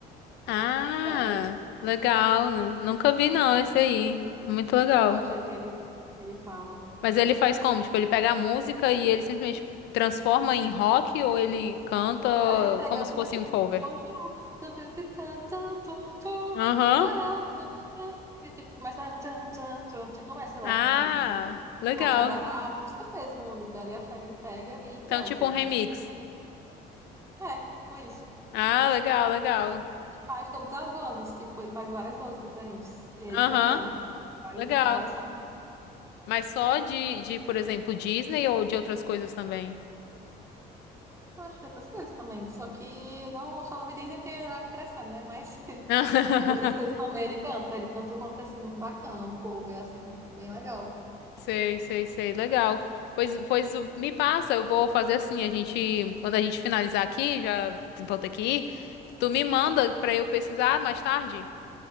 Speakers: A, on the left; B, on the right.
A: Ah,
B: Bela,
A: legal. Nu- Nunca vi, não, esse aí. Muito legal.
B: você gosta que ele ele fala.
A: Mas ele faz como? Tipo, ele pega a música e ele simplesmente transforma em rock ou ele canta
B: Ah, ele pega
A: como se
B: bonjour,
A: fosse um cover?
B: bonjour, tu, tu, tu, tu, tu, tu, tu,
A: Aham.
B: well, tu, tu, tu, tu, tipo, começa tu, tu, tu, tu, começa lá
A: Ah,
B: cantando.
A: legal.
B: A música, da, a música mesmo de Bela e a Fera ele pega e
A: Então,
B: canta.
A: tipo um remix.
B: É, tipo isso.
A: Ah, legal, legal.
B: Ele Faz todas as vozes, tipo, ele faz várias vozes diferentes. Ele
A: Aham,
B: cantando. Várias,
A: legal.
B: várias formas
A: Mas só de, de, por exemplo, Disney ou de outras coisas também?
B: Eu acho outras coisas também. Só que não, eu só me dizem que é me interessante, né? Mas <laughs>
A: <laughs>
B: outras coisas também ele canta. Ele canta um rock assim, bacana, um cover assim, bem legal.
A: Sei, sei, sei. Legal. Pois, pois me passa, eu vou fazer assim, a gente, quando a gente finalizar aqui, já volto aqui, tu me manda pra eu pesquisar mais tarde?